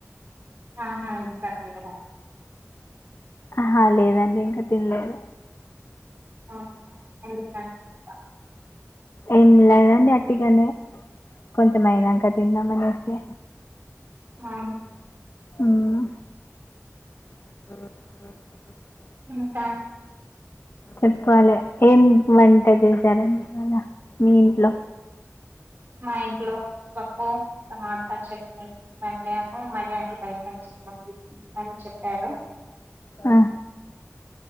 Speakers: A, on the right; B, on the left.
A: ఆహా ఎది కర్రీ
B: ఆహా లేదండి ఇంకా తిన్ తిన్లేదు
A: అవున ఎందుకన్ త
B: ఏం లేదం అట్గానే కొంచెం అయినాంక తిందామనేసి
A: ఆ
B: మ్మ్ మ్మ్
A: ఇంకా
B: చెప్పాలి ఏం వంట చేశారండి ఇవాళ మీ ఇంట్లో
A: మా ఇంట్లో పప్పు టమాటా చట్నీ వెందము మరి అన్ని బయటంచియమో తీసు అని చెప్పారు
B: ఆ,